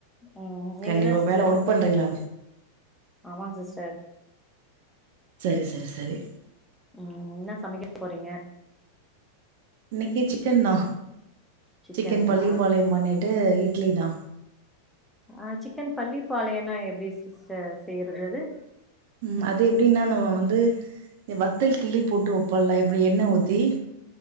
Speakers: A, in the centre; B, on the right.
A: ம் நீங்க
B: கண்டிப்பாக
A: என்ன சிஸ்ட
B: வேலை ஒர்க் பண்ணுறீங்களா
A: <inaudible> ஆமாங் சிஸ்டர்.
B: சரி சரி சரி.
A: ம் என்னா சமைக்க போறீங்க?
B: இன்னிக்கி சிக்கன் தா
A: சிக்கனுங்களா
B: சிக்கன் பள்ளிப்பாளையம் பண்ணிட்டு இட்லி தா.
A: அ சிக்கன் பள்ளிப்பாளையன்னா எப்டி சிஸ்டர் செய்றது அது?
B: ம் அது எப்டின்னா நம்ம வந்து வத்தல் கிள்ளி போட்டு வெப்பொல்ல இப்பிடி எண்ண ஊத்தி